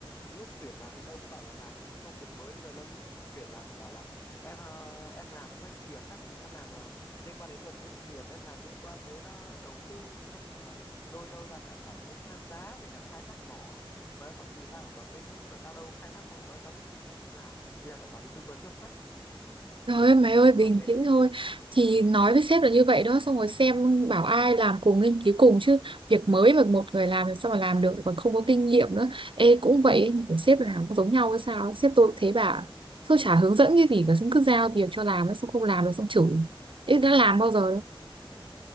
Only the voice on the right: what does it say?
trời ơi mày ơi
bình
tĩnh
thôi
thì nói với sếp là như vậy đó xong rồi xem bảo ai làm cùng nghiên cứu cùng chứ việc mới mà một người làm làm sao mà làm được còn không có kinh nghiệm nữa ê cũng vậy ấy, nhưng mà sếp làm cũng giống nhau hay sao ấy. sếp tôi cũng thế bà tôi chả hướng dẫn cái gì cả xong cứ giao việc cho làm xong không làm là xong chửi ê đã làm bao giờ